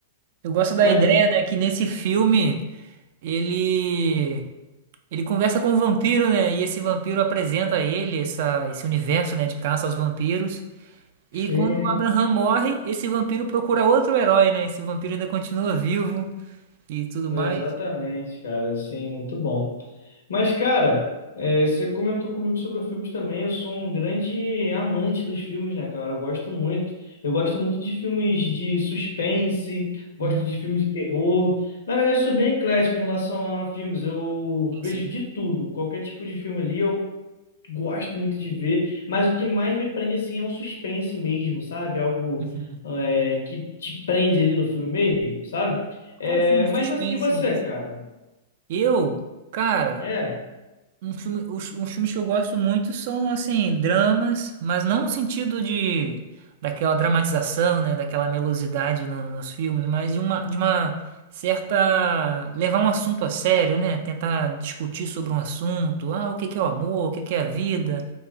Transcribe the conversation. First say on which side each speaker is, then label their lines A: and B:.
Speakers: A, on the right; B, on the left.
A: Eu gosto da
B: mas
A: ideia,
B: muito.
A: né, que nesse filme ele ele conversa com um vampiro, né? E esse vampiro apresenta a ele essa, esse universo, né, de caça aos vampiros. E
B: Sim.
A: quando o Abraham morre, esse vampiro procura outro herói, né? Esse vampiro ainda continua vivo e tudo
B: Exatamente,
A: mais.
B: cara, assim, muito bom. Mas, cara, é, você comentou comigo sobre filmes também. Eu sou um grande amante dos filmes, né, cara? Eu gosto muito. Eu gosto muito de filmes de suspense, gosto
A: Hum,
B: de filmes de terror. Na verdade, eu sou bem eclético em relação a filmes. Eu
A: sim,
B: vejo
A: sim.
B: de tudo, qualquer tipo de filme ali. eu gosto muito de ver, mas o que mais me prende assim é um suspense mesmo, sabe? Algo
A: Uhum.
B: é, que te prende ali no filme mesmo, sabe? É,
A: Qual o filme de
B: mas
A: suspense?
B: você- e você, cara?
A: Eu, cara.
B: É,
A: Um filme, os, os filmes que eu gosto muito são, assim, dramas, mas não no sentido de daquela dramatização, né, daquela melosidade no- nos filmes, mas de uma, de uma certa... levar um assunto a sério, né, tentar discutir sobre um assunto, ah, o que que é o amor, o que que é a vida,